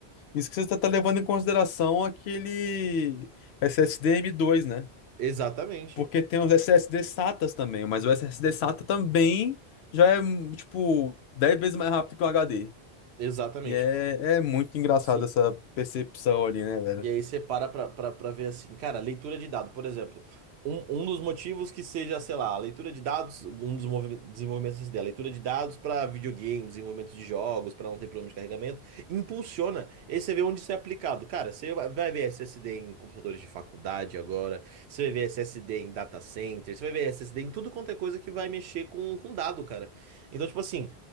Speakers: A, on the left; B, on the right.
A: Isso que você tá, tá levando em consideração aquele SSD m dois né?
B: Exatamente,
A: Porque tem os SSD SATAs também, mas o SSD SATA também já é, tipo, 10 vezes mais rápido que o HD.
B: exatamente.
A: E é, é muito engraçado
B: Sim,
A: essa percepção ali, né, velho?
B: E aí você para pra, pra, pra ver assim, cara, leitura de dado, por exemplo. Um, um dos motivos que seja, sei lá, a leitura de dados, um dos movi- desenvolvimentos dessa ideia, a leitura de dados para videogames, desenvolvimento de jogos, para não ter problema de carregamento, impulsiona. E aí você vê onde isso é aplicado. Cara, você vai vai ver SSD em computadores de faculdade agora, você vai ver SSD em data center, você vai ver SSD em tudo quanto é coisa que vai mexer com, com dado, cara. Então, tipo assim.